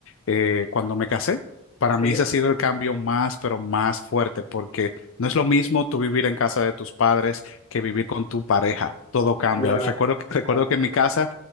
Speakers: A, on the left; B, on the left.
A: eh, cuando me casé, para mí
B: sí,
A: ese ha sido el cambio más, pero más fuerte, porque no es lo mismo tú vivir en casa de tus padres que vivir con tu pareja. Todo cambia.
B: claro,
A: Recuerdo, recuerdo
B: claro,
A: que en mi casa